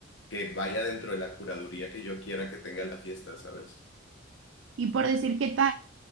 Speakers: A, on the left; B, on the right.
A: que vaya dentro de la curaduría que yo quiera que tenga la fiesta, ¿sabes?
B: Y por decir qué tan,